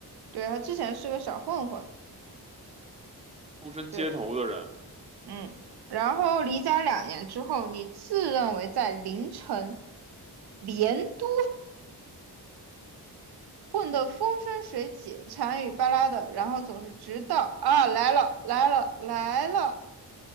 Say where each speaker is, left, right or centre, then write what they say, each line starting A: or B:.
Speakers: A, on the right; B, on the right.
A: 对，他之前是个小混混。
B: 出身街头的人，
A: 对，嗯。然后离家两年之后，你自认为在凌晨连都混得风生水起、馋与巴拉的，然后总是直到啊来了来了来了，